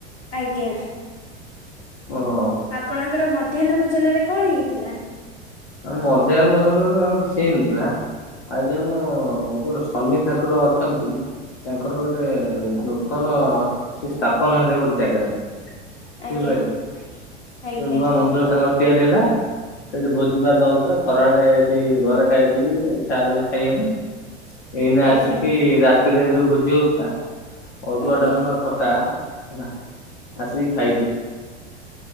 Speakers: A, on the left; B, on the left.
A: ଆଜ୍ଞା।
B: ଓହୋ।
A: ଆପଣଙ୍କର ମଧ୍ୟାହ୍ନ ଭୋଜନରେ କଣ ହେଇଥିଲା?
B: ମଧ୍ୟାହ୍ନ ଭୋଜନରେ ଆଉ କିଛି ହେଇନଥିଲା। ଆଉ କଣ ସନି ଠାକୁର ଅଛନ୍ତି? ତାଙ୍କର ଗୋଟେ ନୂତନ ସେ ସ୍ଥାପନ ହେଲେ ଗୋଟେ ଜାଗାରେ।
A: ଆଜ୍ଞା
B: ବୁଝିପାରିଲେ
A: ଆଜ୍ଞା
B: ଯଉ ନୂଆ
A: ଆଜ୍ଞା
B: ମନ୍ଦିର ତାଙ୍କର ତିଆରି ହେଲା ସେଠି ଭ ଯିବା ତା ଉତାରୁ ଖରା ଆଡ଼େ ଏଠି ଘରେ ଖାଇଥିଲି ଇଛା ହେଲାନ ଖାଇବାକୁ। ଏଇନା
A: ଆଜ୍ଞା
B: ଆସିକି ରାତିରେ ଯଉ ଭୋଜି ହଉଥିଲା। ଅରୁୁଆ
A: ଆଜ୍ଞା
B: ଡାଲମା ଖଟା ହେଲା ଆସିକି ଖାଇଲୁ। ମୁଁ